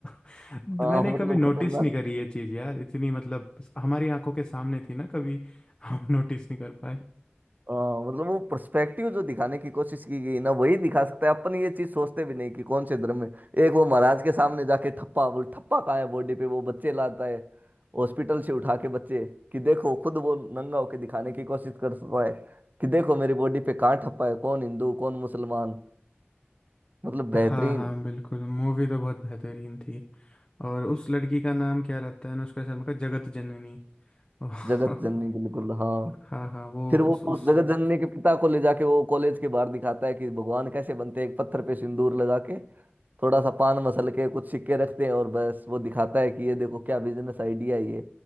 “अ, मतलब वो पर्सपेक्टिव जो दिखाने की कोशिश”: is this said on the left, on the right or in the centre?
Right